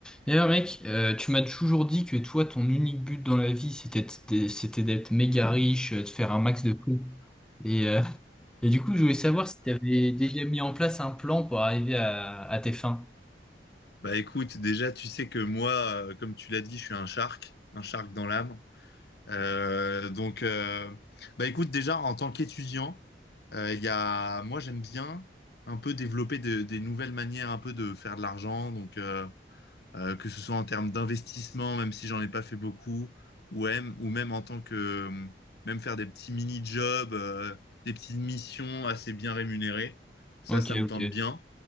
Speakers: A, in the centre; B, on the left (about 65°).
A: D'ailleurs, mec, euh, tu m'as toujours dit que toi, ton unique but dans la vie, c'était de- c'était d'être méga riche, euh, de faire un max de fric. Et, euh, et du coup, je voulais savoir si tu avais déjà mis en place un plan pour arriver à, à tes fins.
B: Bah écoute, déjà, tu sais que moi, euh, comme tu l'as dit, je suis un shark, un shark dans l'âme. Euh, donc, euh, bah écoute, déjà, en tant qu'étudiant, euh, il y a, moi, j'aime bien un peu développer de- des nouvelles manières un peu de faire de l'argent. Donc, euh, euh, que ce soit en termes d'investissement, même si j'en ai pas fait beaucoup, ou même, ou même en tant que, euh, même faire des petits mini-jobs, euh, des petites missions assez bien rémunérées. Ça,
A: Ok,
B: ça me
A: ok.
B: tente bien.